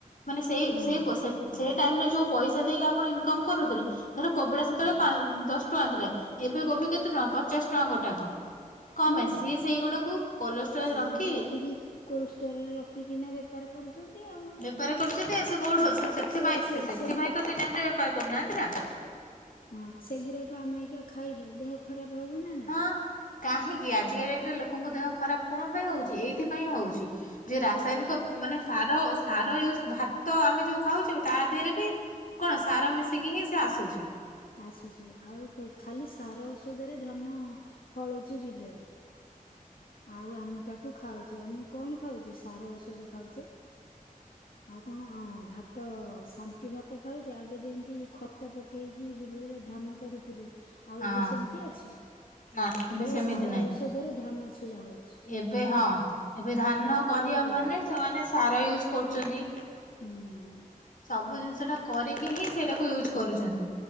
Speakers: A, on the left (about 65°); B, on the left (about 80°).
A: ମାନେ ସେଇ
B: ହଁ
A: ସେଇ ସେଇ
B: ହଁ
A: ଟାଇମରେ ଯୋଉ ପଇସା ଦେଇକି ଆପଣ ଇନକମ କରୁଥିଲେ। ଧର କୋବିଟା ସେତେବେଳେ
B: ହଁ
A: ଦଶ ଟଙ୍କା ଥିଲା, ଏବେ କୋବି କେତେ ଟଙ୍କା ପଚାଶ ଟଙ୍କା ଗୋଟାକ। କଁ
B: ହଁ
A: ପାଇଁ ସିଏ ସେଇଗୁଡାକୁ କୋଲେଷ୍ଟ୍ରୋଲରେ
B: ସେଗୁରା
A: ରଖି।
B: ରଖିକି କୋଲ୍ଡ ଷ୍ଟୋରରେ ରଖିକିନା ବେପାର କରୁଛନ୍ତି ଆଉ।
A: ବେପାର କରୁଛନ୍ତି, ସେ କୋଉଠୁ
B: ଆଉ
A: ସେଥିପାଇ
B: ସେ ସେ
A: ସେଥିପାଇଁ
B: ସେଗୁରା
A: ତ ସେ ଟାଇମରେ ବେପାର କରୁନାହାନ୍ତି ନା।
B: ହଁ ସେଗୁରାକ ଆମେ ଏଇକା ଖାଇଲେ, ଦେହ ଖରାପ ହବ ନା ନାଇଁ?
A: ହଁ କାହିଁକି ଆଜିକା ଡେଟରେ
B: ଆଉ
A: ଲୋକଙ୍କ ଦେହ ଖରାପ କଣ ପାଇଁ ହଉଛି? ଏଇଥିପାଇଁ ହଉଛି। ଯେ ରାସାୟନିକ
B: ଆଉ
A: ମାନେ ସାର ସାର ୟୁଜ ଭା ତ ଆମେ ଯୋଉ ଖାଉଛୁ ତା ଦେହରେ ବି କଣ ସାର ମିଶିକି ହିଁ ସେ ଆସୁଛି।
B: ଆସୁଛି ଆଉ ଖାଲି ସାର ଔଷଧରେ ଧାନ ଫଳୁଛି ବିଲରେ। ଆଉ ଆମେ ତାକୁ ଖାଉଛେ, ଆମେ କଣ ଖାଉଛେ ସାର ଔଷଧ ଖାଉଛେ।
A: <inaudible>
B: ଆଉ କଣ ଭାତ, ଶାନ୍ତି ଭାତ ଖାଉଛେ। ଆଗେ ଯେମିତି ଖତ ପ ପକେଇକି ବିଲରେ ଧାନ କରୁଥିଲେ। ଆଉ
A: ହଁ
B: ଏବେ ସେମିତି ଅଛି,
A: ନା
B: ଏବେ
A: ସେମିତି
B: ସାର
A: ନାହିଁ
B: ଔଷଧରେ ଧାନ ଛିଡା ହଉଛି।
A: ଏବେ ହଁ ଏବେ ଧାନ
B: ଆଉ
A: କରିବା ମାନେ ସେମାନେ ସାର ୟୁଜ କରୁଛନ୍ତି।
B: ହୁଁ।
A: ସବୁ ଜିନିଷଟା କରିକି ହିଁ ସେଇଟାକୁ ୟୁଜ କରୁଛନ୍ତି।